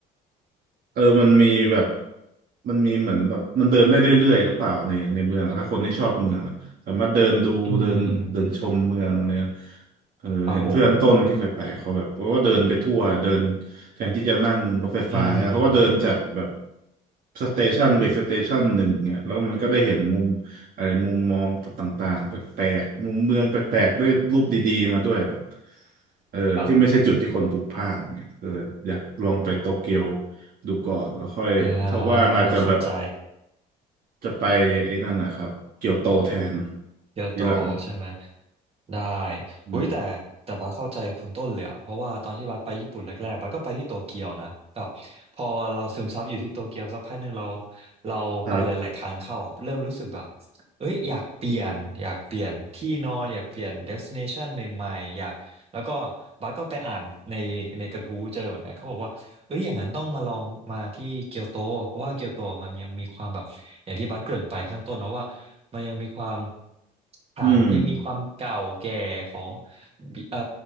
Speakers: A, on the right; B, on the right.
A: เออมันมีแบบมันมีเหมือนแบบมันเดินได้เรื่อยๆหรือเปล่าในในเมืองอะถ้าคนที่ชอบเมืองอะสามารถเดินดูเดินเดินชมเมืองอะไรเนี่ย
B: <laughs> อืม
A: เออเห็นเพื่อนต้นที่เคยไปเขาแบบเขาก็เดินไปทั่วเดิน
B: ครับผม
A: แทนที่จะนั่งรถไฟฟ้าเขาก็เดินจากแบบ
B: อืม
A: สเตชันไปสเตชันหนึ่งเนี่ยแล้วมันก็ได้เห็นมุมอะไรมุมมองต่างๆแปลกๆมุมเมืองแปลกๆได้รูปดีๆมาด้วยแบบ เออที่ไม่ใช่จุดที่คนพลุกพล่านเนี่ยก็เลยอยากลองไปโตเกียว
B: ครับ
A: ดูก่อนแล้วค่อยถ้าว่างอาจจะแบบ
B: อ่าเข้าใจ
A: จะไปไอ้นั่นนะครับเกียวโตแทน
B: เกียวโตใช่ไหม
A: ทีหลัง
B: ได้
A: อืม
B: อุ้ยแต่แต่บัสเข้าใจคุณต้นเลยอะเพราะว่าตอนที่บัสไปญี่ปุ่นแรกๆบัสก็ไปที่โตเกียวนะแบบพอเราซึมซับอยู่ที่โตเกียวสักพักหนึ่งเราเราไปหลายๆครั้งเข้าอะเริ่มรู้สึกแบบ
A: ครับ
B: เอ้ยอยากเปลี่ยนอยากเปลี่ยนที่นอนอยากเปลี่ยนเดส i เนชันใหม่ๆอยากแล้วก็บัสก็ไปอ่านในในกระทู้เจอเหมือนกันเขาบอกว่า เอ้ยอย่างนั้นต้องมาลองมาที่เกียวโตเพราะว่าเกียวโตมันยังมีความแบบอย่างที่บัสเกริ่นไปข้างต้นเนอะว่ามันยังมีความห่างมันยังมีความเก่าแก่ของ
A: อืม
B: เอ่อ